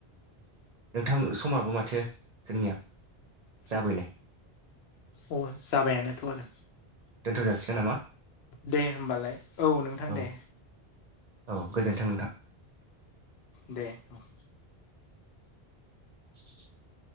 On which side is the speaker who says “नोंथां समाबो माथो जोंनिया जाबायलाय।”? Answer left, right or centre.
Right